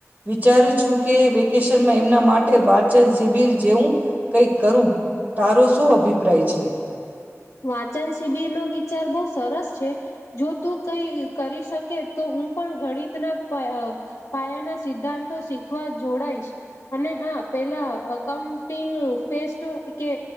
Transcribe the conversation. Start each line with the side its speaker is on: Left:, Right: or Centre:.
Right: વિચારું છું કે વેકેશનમાં એ મના માટે વાચન શિબિર જેવું કંઈક કરું. તારો શું અભિપ્રાય છે?
Left: વાચન શિબિર નો વિચાર બઉ સરસ છે. જો તું કઈ કરી શકે તો હું પણ ગણિતના પાઅહ પાયાના સિદ્ધાંતો શીખવા જોડાઈશ. અને હા પેલા અઉન્ટિંગ ફેસ્ટ કે